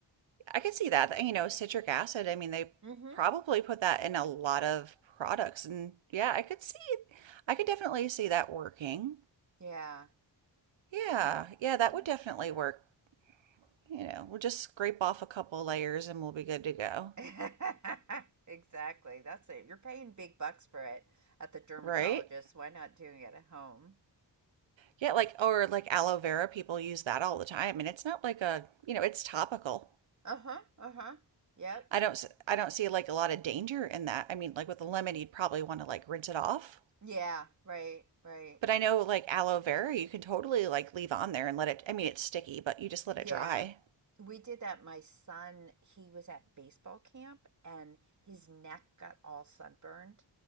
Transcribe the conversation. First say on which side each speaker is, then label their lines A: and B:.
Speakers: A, on the right (about 80°); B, on the right (about 40°).
A: I can see that. You know, citric acid, I mean, they
B: Mm-hmm.
A: probably put that in a lot of products. And yeah, I could see, I could definitely see that working.
B: Yeah,
A: Yeah,
B: I might
A: yeah, that
B: I might
A: would definitely
B: try
A: work. You know, we'll just scrape off a couple layers and we'll be good to go.
B: that. <laughs> Exactly. That's it. You're paying big bucks for it at the dermatologist.
A: Right?
B: Why not doing it at home?
A: Yeah, like, or like aloe vera, people use that all the time. And it's not like a, you know, it's topical.
B: Uh-huh. Uh-huh. Yep.
A: I don't, s- I don't see like a lot of danger in that. I mean, like with the lemon, you'd probably want to like rinse it off
B: Yeah, right, right.
A: But I know like aloe vera, you can totally like leave on there and let it, I mean, it's sticky, but you just let it
B: Yeah,
A: dry.
B: we did that. My son, he was at baseball camp and his neck got all sunburned.